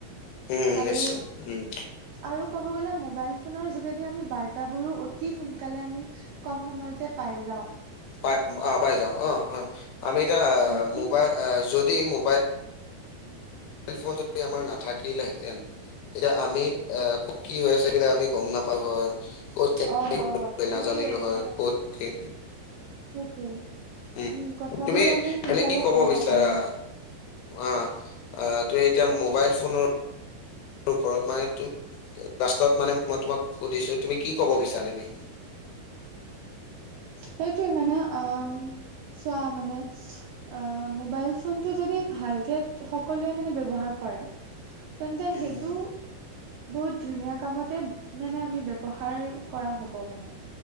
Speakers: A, on the left (about 80°); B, on the right (about 80°).
A: উম
B: আৰু
A: নিশ্চয় উম
B: আৰু ক'ব গলে মোবাইল ফোনৰ যোগেদি আমি বাৰ্তাবোৰো অতি সোনকালে আমি কম সময়তে পাই যাওঁ।
A: পাই অ', পাই যাওঁ অ', অ', আমি এতিয়া
B: উম, কিন
A: মোবাই যদি মোবাইল ম'বাইল ফোন যদি আমাৰ নাথাকিলে হেঁতেন তেতিয়া আমি এ কি হৈ আছে সেইবিলাক আমি গম নাপাল হৈ। ক'ত কেনে
B: অ', অ', সেইটোয়ে
A: নাজানিলো
B: মানে
A: হয় ক'ত কি
B: সেইটোয়ে।
A: উম,
B: কথাবোৰো
A: তুমি-তুমি
B: আমি সোনকালে
A: কি কব
B: গম
A: বিচাৰা
B: নাপালো হয়।
A: অ, অ, ত' এতিয়া ম'বাইল ফোনৰ ওপৰত মানে লাষ্টত মানে মই তোমাক সুধিছো তুমি কি ক'ব বিচছাৰা তুমি? <inaudible>
B: সেইটোৱে মানে অ, চোৱা মানে অ, ম'বাইল ফোনটো যদি ভালকে সকলোৱে মানে ব্যৱহাৰ কৰে তেন্তে
A: উম
B: সেইটো বহুত ধুনীয়া কামতে মানে আমি ব্যৱহাৰ কৰা হ'ব মানে।